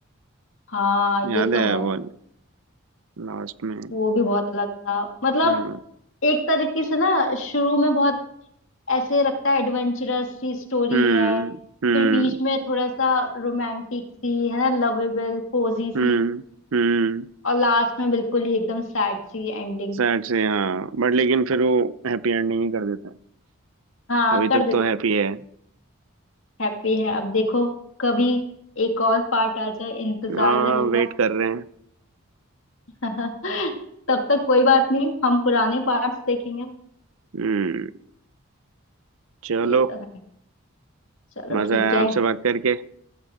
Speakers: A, on the left; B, on the right.
A: हाँ
B: याद
A: ये तो
B: है
A: है
B: वो लास्ट में
A: वो भी बहुत अलग था मतलब
B: हाँ
A: एक तरीके से ना शुरू में बहुत ऐसे लगता है एडवेंचरस सी स्टोरी
B: हम्म
A: है
B: हम्म
A: फिर बीच में थोड़ा सा रोमांटिक सी है ना लवेबल कोजी सी
B: हम्म हम्म
A: और लास्ट में बिल्कुल ही एकदम सैड सी एंडिंग
B: सैड से हाँ बट लेकिन फिर वो हैप्पी एंडिंग ही कर देता है
A: हाँ
B: अभी
A: कर
B: तक
A: देते
B: तो हैप्पी है
A: हैप्पी है अब देखो कभी एक और पार्ट आ जाए इंतजार
B: हाँ
A: रहेगा
B: वेट कर रहे हैं
A: <laughs> तब तक कोई बात नहीं हम पुराने पार्ट्स देखेंगे
B: हम्म चलो
A: ये तो है चलो
B: मजा
A: ठीक
B: आया
A: है
B: आपसे बात करके